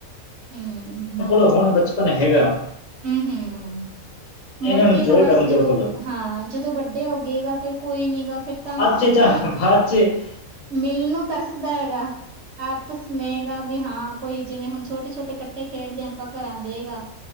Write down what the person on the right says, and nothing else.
ਹਮ।
ਹੂੰ। ਮੁੜ
ਕੇ
ਤਾਂ ਬਸ
ਜਦੋਂ
ਹਾਂ ਜਦੋਂ ਵੱਡੇ ਹੋ ਗਏਗਾ ਫਿਰ ਕੋਈ ਨੀ ਗਾ ਫਿਰ ਤਾਂ
ਅਗਲਾ
ਮਿਲਣ ਨੂੰ ਤਰਸਦਾ ਹੈਗਾ ਆਪਸ ਮੇਗਾ ਵੀ ਹਾਂ ਕੋਈ ਜਿਵੇਂ ਹੁਣ ਛੋਟੇ ਛੋਟੇ ਕੰਚੇ ਖੇਡਦੇ ਹਾਂ ਆਪਾਂ ਘਰਾਂ ਦੇ ਹੈਗਾ